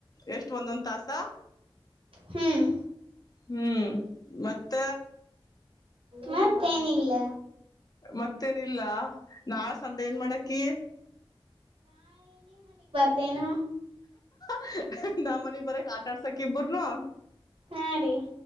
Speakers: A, on the left (about 45°); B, on the right (about 80°).
A: ಎಷ್ಟ ಒಂದೊಂದ ತಾಸ
B: ಹ್ಮ್
A: ಹ್ಮ್ ಮತ್ತ
B: ಮತ್ತೇನಿಲ್ಲ
A: ಮತ್ತೇನಿಲ್ಲ ನಾ ಸಂದೆ ಏನ್ ಮಾಡಕಿ
B: ತನು
A: <unintelligible> ನಮ್ಮ ಮನಿ ಬರಕ್ ಆಟಾಡ್ಸಕ ಇಬರನು
B: ಹಾ ರೀ